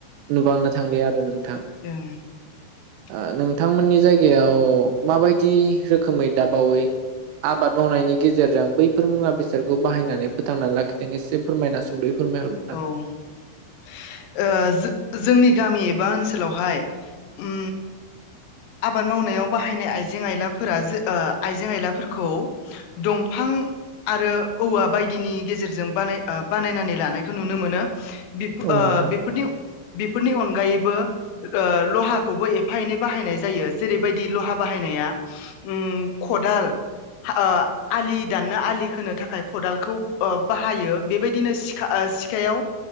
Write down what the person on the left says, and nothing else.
<unintelligible>
औ ओ जों जोंनि गामि बा ओनसोलाव हाय ओम आबाद मावनायाव बाहायनाय आइजें आइलाफोरा जो ओ आइजें आइलाफोरखौ दमफां आरो औवा बायदिनि गेजेरजों बानाय ओ बानायनानै लानाय। खौ नुनो मोनो। बेफ ओ
बेफोरनि बेफोरनि अनगायैबो ओ लहाखौबो एफा एनै बाहायनाय जायो जेरैबायदि लहा बाहायनाया ओम खदाल ओ आलि दाननो आलि खोनो थाखाय खदालखौ ओ बाहायो बेबायदिनो सिखा। ओ सिखायाव